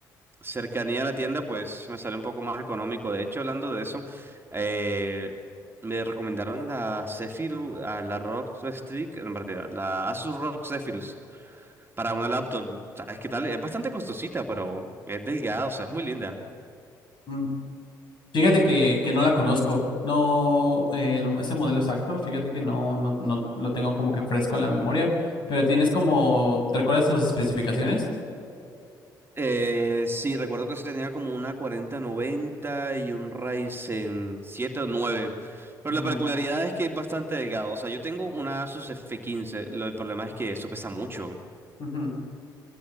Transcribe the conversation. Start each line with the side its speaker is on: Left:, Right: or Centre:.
Right: cercanía a la tienda, pues me sale un poco más económico. De hecho, hablando de eso, eh, me recomendaron la Zephyrus, ah, la ROG Strix, en verdad, la Asus ROG Zephyrus. para una laptop, ¿sabes qué tal? Es bastante costosita, pero es delgada, o sea, es muy linda.
Left: Mm, Fíjate que, que no la conozco, no, eh, el- ese modelo exacto, fíjate que no, no, no lo tengo como que fresco en la memoria, pero tienes como, ¿te recuerdas sus especificaciones?
Right: Eh, sí, recuerdo que se tenía como una 4090 y un Ryzen 7 o 9, pero
Left: Ujú,
Right: la peculiaridad es que es bastante delgado. O sea, yo tengo una Asus F15, lo, el problema es que eso pesa mucho,
Left: ujú.